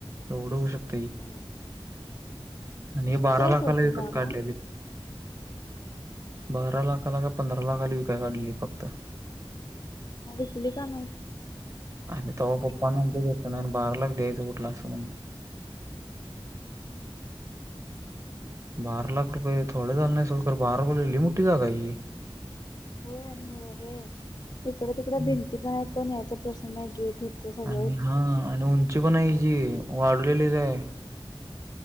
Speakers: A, on the right; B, on the left.
A: एवढं होऊ शकत.
B: होय
A: आणि हे
B: मोठी
A: बारा
B: आहे
A: लाखाला
B: सोड ती
A: विकत
B: जागा
A: काढलय. बारा लाखाला का पंधरा लाखाली विकय काढलेली फक्त
B: विकली का नाही
A: आणि तवा पप्पा म्हणत. बारा लाख द्यायचं कुठलं असं म्हणत. बारा लाख रुपये थोडे झाले नाही सोड खरं लय मोठी जागा आहे ही.
B: हो आणि हे तिकड तिकड
A: हं.
B: भिंती पण आहेत कोण याचा प्रश्न नाही. गेट होतं सगळं
A: आणि
B: होतं
A: हा आणि उंची पण हाय याची वाढवलेलीच आहे.